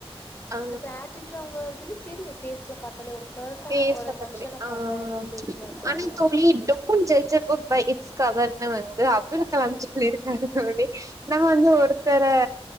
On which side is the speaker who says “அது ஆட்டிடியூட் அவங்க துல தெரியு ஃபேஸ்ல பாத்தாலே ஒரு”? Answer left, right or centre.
Left